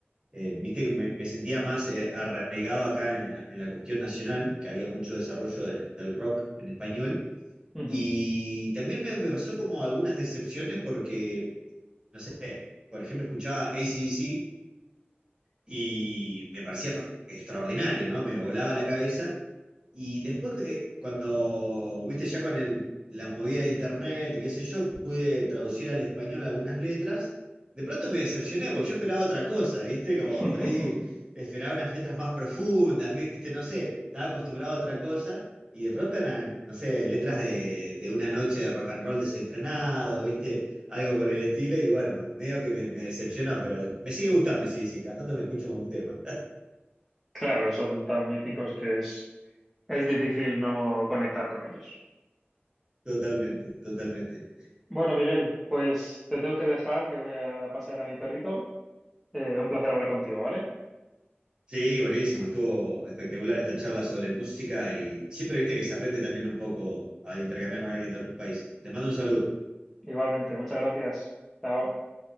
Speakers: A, on the right; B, in the centre.
A: eh, viste que me, me sentía más eh, arraigado acá en la, en la cuestión nacional, que había mucho desarrollo de- del rock en español
B: Ujú.
A: y también me, me pasó como algunas decepciones porque, no sé, por ejemplo, escuchaba a C/D c ACDC y me parecía fa- extraordinario, ¿no? Me volaba la cabeza. Y después, que cuando, viste, ya con el- la movida de internet y qué sé yo, pude traducir al español algunas letras, de pronto me decepcioné, porque yo esperaba otra cosa, viste, como
B: <laughs>
A: por ahí esperaba unas letras más profundas, viste, no sé, estaba acostumbrado a otra cosa. Y de pronto eran, no sé, letras de, de una noche de rock and roll desenfrenado, ¿viste? algo por el estilo, y bueno, medio que me, me decepcionó, pero me sigue gustando, y sí, sí, cada tanto me escucho un tema.
B: Claro, son tan míticos
A: <laughs>
B: que es, es difícil no conectar con ellos.
A: Totalmente, totalmente.
B: Bueno, Miguel, pues te tengo que dejar, que voy a pasear a mi perrito. Eh, un placer hablar contigo, ¿vale?
A: Sí, buenísimo, estuvo espectacular esta charla sobre música y siempre viste que se aprende también un poco a intercambiar con alguien de otro país. Te mando un saludo.
B: Igualmente, muchas gracias. Chao.